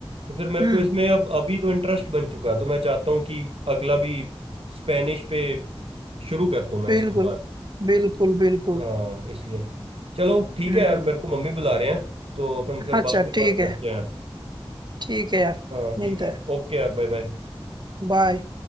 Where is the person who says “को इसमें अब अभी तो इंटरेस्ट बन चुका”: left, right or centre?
Right